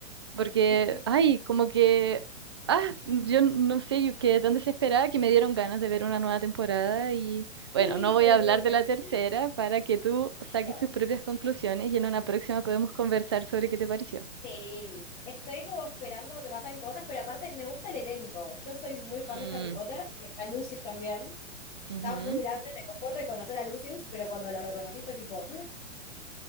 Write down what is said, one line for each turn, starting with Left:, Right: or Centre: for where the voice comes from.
Right: porque,
Left: <laughs>
Right: ay, como que, ah, yo no sé, yo quedé tan desesperada que me dieron ganas de ver una nueva temporada y bueno,
Left: Sí,
Right: no voy
Left: fue
Right: a
Left: muy
Right: hablar
Left: impredecible.
Right: de la tercera para que tú saques
Left: No.
Right: tus propias conclusiones y en una próxima podemos conversar sobre qué te pareció.
Left: Sí, estoy como esperando que pasen cosas, pero aparte me gusta el elenco. Yo soy muy fan
Right: Mm,
Left: de Harry Potter y está Lucius también.
Right: ujú.
Left: Está muy grande, me costó reconocer a Lucius, pero cuando lo reconocí fue tipo, ¡ah!